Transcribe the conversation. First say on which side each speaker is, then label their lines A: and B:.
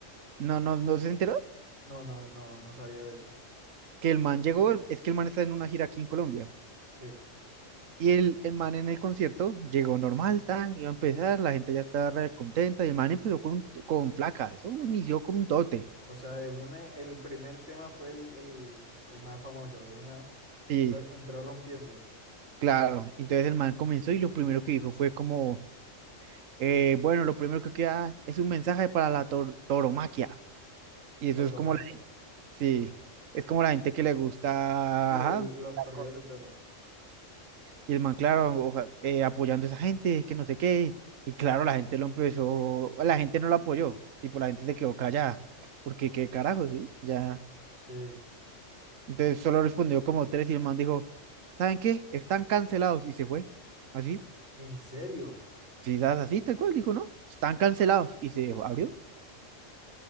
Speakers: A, on the right; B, on the right.
A: No, no, no se enteró
B: No, no, no, no sabía de eso.
A: que el man llegó, el- es que el man está en una gira aquí en Colombia.
B: Sí.
A: Y el, el man en el concierto llegó normal, tan, iba a empezar, la gente ya estaba re contenta, y el man empezó con, un t- con placa, eso inició con un tote.
B: O sea, de una, el primer tema fue el, el, el más famoso, de una,
A: Sí,
B: fue- entró rompiendo,
A: claro. Entonces el man comenzó y lo primero que dijo fue como, eh, bueno, lo primero que queda es un mensaje para la tor- tauromaquia. Y eso
B: Tauromaquia.
A: es como, la- sí, es como la gente que le gusta,
B: Sí, el-
A: ajá,
B: los
A: las
B: corridos
A: cosas.
B: de toros.
A: Y el man, claro, oja- eh, apoyando a esa gente, que no sé qué. Y claro, la gente lo empezó, la gente no lo apoyó, tipo, la gente se quedó callada, porque qué carajo, ¿sí? Ya.
B: Sí.
A: Entonces solo respondió como tres y el man dijo, ¿saben qué? Están cancelados y se fue. Así,
B: ¿En serio?
A: sí, das así, tal cual, dijo, ¿no? Están cancelados y se abrió.